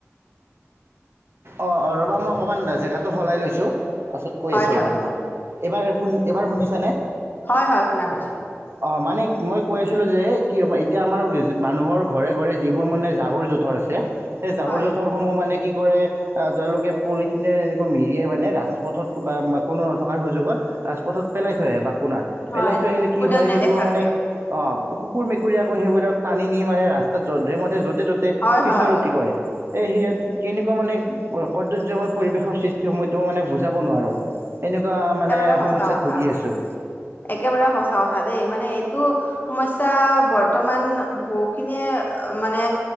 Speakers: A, on the right; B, on the left.
A: অ', অ', ৰ'বা মই অকণমান জেগাটো সলাই লৈছো তাৰপাছত কৈ
B: হয়
A: আছো
B: হয়
A: ৰ'বা তোমাক এইবাৰ এইবাৰ শুনিছানে?
B: হয়-হয় শুনা পাইছো।
A: অ মানে মই কৈ আছিলোঁ যে কি এতিয়া আমাৰ মানুহৰ ঘৰে-ঘৰে যিবোৰ মানে জাবৰ জোঁথৰ আছে সেই জাবৰ
B: হয়
A: জোঁথৰসমূহ মানে কি কৰে আহ, তেওঁলোকে পলিথিনে এনেকৈ মেৰিয়ে মানে ৰাজপথত বা কোনো নথকাৰ সুযোগত ৰাজপথত পেলাই থৈ আহে বা কোণাত পেলাই
B: হয়
A: থৈ আহিলে কি
B: কোনেও
A: হয়
B: নেদেখাকে
A: সেইবোৰ মানে অ, কুকুৰ মেকুৰীয়ে আকৌ সেইবিলাক টানি নি মানে ৰাস্তাত যধে-মধে, য'তে-ত'তে
B: হয়
A: সিঁচৰতি
B: হয়
A: কৰে। এ সেয়া কেনেকুৱা মানে কদৰ্য্যময় পৰিৱেশৰ সৃষ্টি হয় মই তোমাক মানে বুজাব নোৱাৰোঁ। এনেকুৱা মানে
B: একেবাৰে সঁচা
A: সমস্যাত
B: কথা
A: ভুগি আছোঁ।
B: একেবাৰে সচা কথা দেই মানে এইটো সমস্যা বৰ্তমান বহুখিনিয়ে মানে